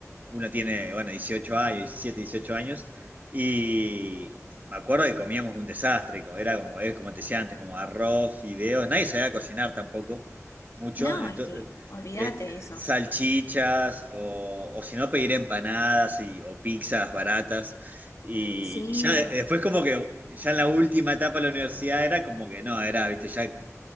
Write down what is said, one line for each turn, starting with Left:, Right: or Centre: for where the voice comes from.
Right: Uno tiene, bueno, 18 años, 17, 18 años, y me acuerdo que comíamos un desastre, co- era como, eh, como te decía antes, como arroz, fideos, nadie sabía cocinar tampoco, mucho,
Left: No,
Right: ento-
Left: es que
Right: eh,
Left: olvídate
Right: eh,
Left: eso.
Right: salchichas, o, o si no pedir empanadas y, o pizzas baratas, y,
Left: Sí,
Right: y ya de- después como que, ya en la última etapa de la universidad era como que no, era, viste, ya